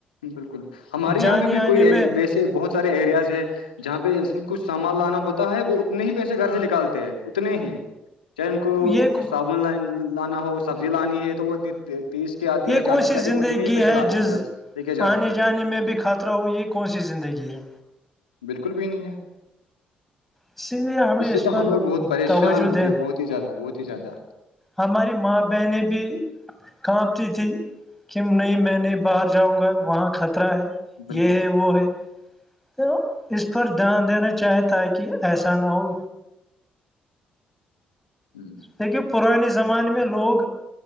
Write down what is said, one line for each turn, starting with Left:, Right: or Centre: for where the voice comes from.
Left: بالکل ہمارے
Centre: جانے
Left: یہاں پہ بھی
Centre: آنے
Left: کوئی
Centre: میں
Left: ویسے بہت سارے ایریاز ہے <unintelligible> جہاں پہ انس کچھ سامان لانا ہوتا ہے وہ اتنے ہی پیسے گھر سے نکالتے ہیں اتنے ہی چاہے ان کو
Centre: یہ
Left: کچھ صابن ل لانا ہو سبزی لانی ہے تو وہ اتنی تیس <unintelligible> آتی
Centre: یہ
Left: ہے
Centre: کون
Left: چالیس
Centre: سی
Left: کے آتی
Centre: زندگی
Left: ہے وہ اتنے ہی پیے
Centre: ہے
Left: لاتے
Centre: جس
Left: ہیں بس لے کے جاتے
Centre: آنے
Left: ہیں، وہ
Centre: جانے میں بھی خطرہ ہو یہ کون سی زندگی ہے
Left: بالکل بھی نہیں ہے
Centre: اسی لیے ہمیں
Left: اس سے تو
Centre: پر
Left: ہم لوگ بہت پریشان
Centre: توجہ
Left: ہو
Centre: دین
Left: کے ہیں بہت ہی زیادہ بہت ہی زیادہ
Centre: ہماری ماں بہنیں بھی کانپتی تھھی کی نہیں میں نہیں باہر جاؤں گا وہاں خطرہ ہے
Left: بالکل
Centre: یہ ہے وہ ہے تو اس پر دھیان دینا چاہے تاکہ ایسا نہ ہو
Left: ہوں،
Centre: دیکھین پرانے زمانے میں لوگ